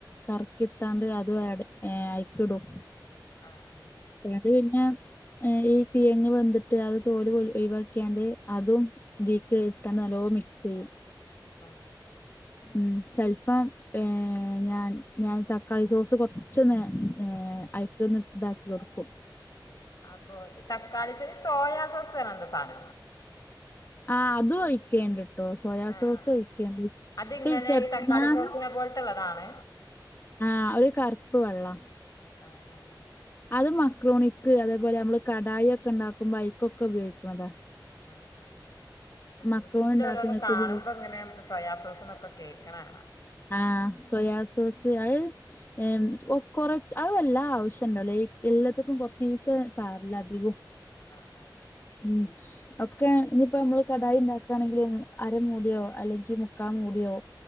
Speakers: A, on the left; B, on the left.
A: കറക്കിത്താണ്ട് അതും അയക്കിടും
B: ആഹ ആഹ
A: അത് പിന്നെ ഈ കിഴങ്ങ് വന്തിട്ട് അത് തോലി ഒഴിവാക്കാണ്ട് അതും തീക്ക്ട്ടാണ്ട് നല്ലോ മിക്സെയ്യും
B: ആ ആ
A: ഉം ചെലപ്പം ഏ ഞാൻ ഞാൻ തക്കാളി സോസ് കുറച്ചൊന്ന് ഏ അയ്ക്കൊന്ന് താക്കി കൊടുക്കും
B: അപ്പൊ ഈ തക്കാളിച് സോയാ സോസ് തണ എന്താ സാനം
A: ആ അതും ഒഴിക്കേണ്ടിട്ടോ സോയാ
B: ആഹ്
A: സോസ് ഒഴിക്കേണ്ടെ <unintelligible>
B: അതിങ്ങനെ ഈ തക്കാളി
A: ഞാൻ
B: സോസിനെ പോലത്തുള്ളതാണ്
A: ആഹ് ഒരു കറുപ്പ് വെള്ളാ
B: ആ ആഹ ആ
A: അത് മക്രൂണിക്ക് അതേപോലെ നമ്മള് കടായി ഒക്കെ ഉണ്ടാക്കുമ്പോ ഐക്കൊക്കെ ഉപയോഗിക്കണതാ
B: ആഹ ആ ആ അത്
A: മക്രോണി
B: യൂട്യൂബിൽ
A: ഇണ്ടാക്ക്ണേക്ക്
B: ഓരോന്നും കാണുമ്പോ
A: ഉപയോഗി
B: ങ്ങനെ സോയാസോസ ന്നൊക്കെ കേക്കണ കാണാ
A: ആഹ് സോയാ സോസ് അയ് ഏം ഒ കൊറ് അത് വല്ലാതെ ആവശ്യണ്ടോ എല്ലാത്തക്കും കൊറേശെ പാരലാ അധികും.
B: ആ ആ ആ
A: ഉം ഒക്കെ ഇനിയിപ്പോ നമ്മള് കടായി ണ്ടാക്കണെങ്കിലും അര മൂടിയോ അല്ലെങ്കിൽ മുക്കാ മൂടിയോ